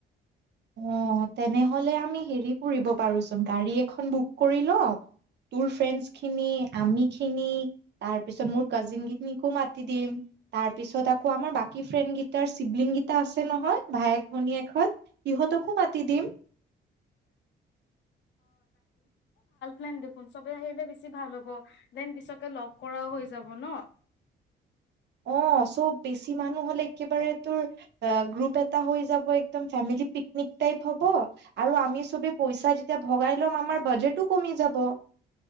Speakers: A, on the right; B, on the left.
A: অ তেনেহলে আমি হেৰি কৰিব পাৰোচোন গাড়ী এখন বুক কৰি লও তোৰ ফ্ৰেণ্ডচ খিনি আমিখিনি তাৰপিছত মোৰ কাজিনখিনিকো মাতি দিম তাৰপিছত আকৌ আমাৰ বাকী ফ্ৰেণ্ড কেইটাৰ চিবলিং কেইটা আছে নহয় ভায়েক ভনীয়েকহত ইহঁতকো মাতি দিম
B: ন দেখোন চবে আহিলে বেছি ভাল হ'ব দেন পিছকে লগ কৰাও হৈ যাব ন
A: অ চব বেছি মানুহ হলে একেবাৰে তোৰ গ্ৰুপ এটা হৈ যাব একদম ফেমিলি পিকনিক টাইপ হব আৰু আমি চবে পইচা যেতিয়া ভগাই ল'ম আমাৰ বাজেটো কমি যাব